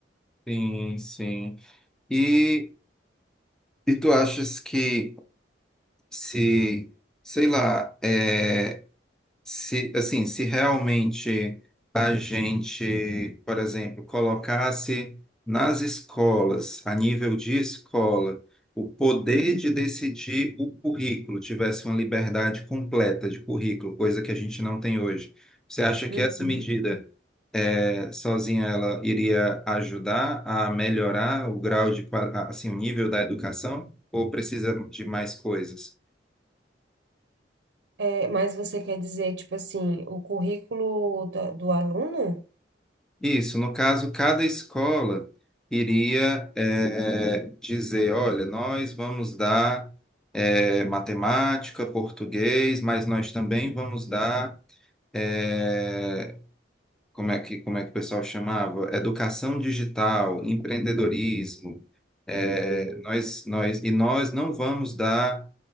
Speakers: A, in the centre; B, on the right.
A: Sim, sim. E, e tu achas que se, sei lá, é Se, assim, se realmente a gente, por exemplo, colocasse nas escolas, a nível de escola, o poder de decidir o currículo, tivesse uma liberdade completa de currículo, coisa que a gente não tem hoje, você acha que
B: Uhum.
A: essa medida, eh, sozinha, ela iria ajudar a melhorar o grau de, qua- a- assim, o nível da educação, ou precisa de mais coisas?
B: É, mas você quer dizer, tipo assim, o currículo da- do aluno?
A: Isso, no caso, cada escola iria eh, dizer, olha, nós vamos dar eh, matemática, português, mas nós também vamos dar, eh, como é que, como é que o pessoal chamava? Educação digital, empreendedorismo. Eh,
B: Uhum.
A: nós, nós, e nós não vamos dar